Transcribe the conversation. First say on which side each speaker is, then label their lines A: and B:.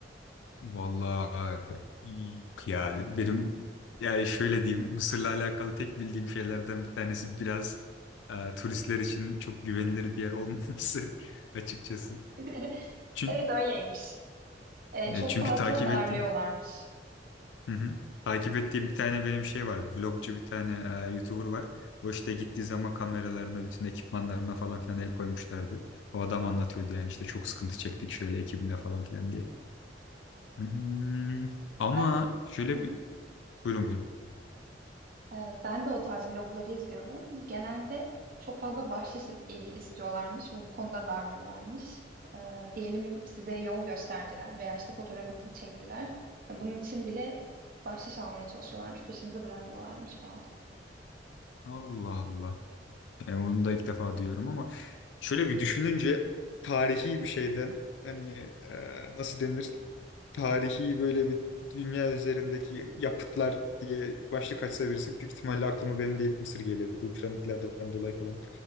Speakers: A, on the left; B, on the right.
A: vallahi yok ya benim yani şöyle diyeyim Mısır'la alakalı tek bildiğim şeylerden bir tanesi biraz e, turistler için çok güvenilir bir yer olmaması <laughs> açıkçası.
B: <laughs>
A: Çünkü,
B: Evet öyleymiş. Ee, çok
A: çünkü
B: fazla
A: takip
B: darlıyorlarmış.
A: ettiğim Hı hı. Takip ettiğim bir tane benim şey var. Vlogcu bir tane e, YouTuber var. O işte gittiği zaman kameralarına, bütün ekipmanlarına falan filan el koymuşlardı. O adam anlatıyordu yani işte çok sıkıntı çektik şöyle ekibimle falan filan diye. Hmm, ama
B: Ben de
A: şöyle
B: Hı hı.
A: bir... Buyurun buyurun.
B: Ee, ben de o tarz vlogları izliyordum. Genelde çok fazla bahşiş i- istiyorlarmış ve bu konuda darlıyorlarmış. Ee, diyelim size yol gösterdiler veya işte fotoğrafınızı çektiler. Bunun için bile bahşiş almaya çalışıyorlarmış, peşinizi bırakmıyorlarmış falan.
A: Allah Allah. Yani onu da ilk defa diyorum ama şöyle bir düşününce tarihi bir şeyden hani e, nasıl denir? tarihi böyle bir dünya üzerindeki yapıtlar diye başlık açsa birisi büyük ihtimalle aklıma benim de ilk Mısır gelirdi. Bu piramitlerden dolayı falan.